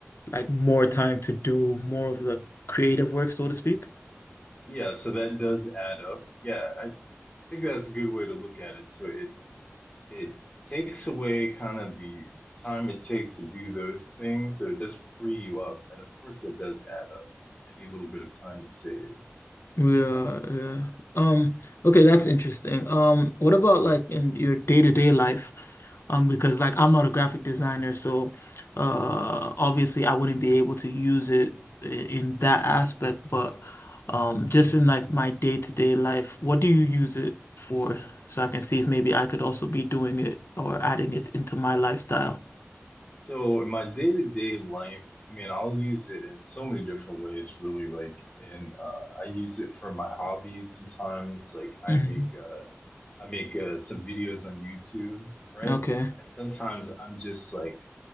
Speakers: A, on the left; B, on the left.
A: like more time to do more of the creative work, so to speak.
B: yeah, so that does add up. Yeah, I think that's a good way to look at it. So it it takes away kind of the time it takes to do those things, so it does free you up. And of course that does add up, any little bit of time you save.
A: Yeah, yeah. Um, okay, that's interesting. Um, what about like in your day-to-day life? Um, because like I'm not a graphic designer, so uh obviously I wouldn't be able to use it i- in that aspect, but um just in like my day-to-day life, what do you use it for? So I can see if maybe I could also be doing it or adding it into my lifestyle.
B: So in my day-to-day life, I mean, I'll use it in so many different ways, really. Like in uh I use it for my hobbies sometimes. Like I
A: hmm
B: make uh I make uh, some videos on YouTube, right?
A: Okay.
B: And sometimes I'm just like,